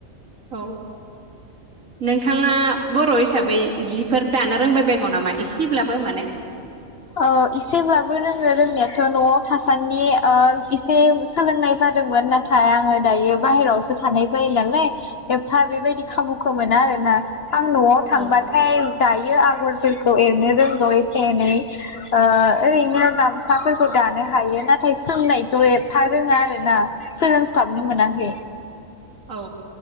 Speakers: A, on the right; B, on the left.
A: औ नोंथाङा बर' हि साबै जिफोर दानो रोंबायबायगौ नामा एसेब्लाबो माने?
B: ओ इसेब्लाबो रोङो रों नायाथ' न'आव थासानदि ओ इसे सोलोंनाय जादोंमोन नाथाय आङो दायो बाहेरावसो थानाय जायो नालाय एफा बेबायदि खाबुखौ मोना आरोना। आं न'आव थांबाथाय
A: औ
B: दायो आगरफोरखौ एरनो रोंगौ एसे एनै ओ ओरैनो गामसाफोरखौ दानो हायो नाथाय सोंनायखौ एफा रोङा आरोना सोलोंस्लाबनो मोनाखै ।
A: औ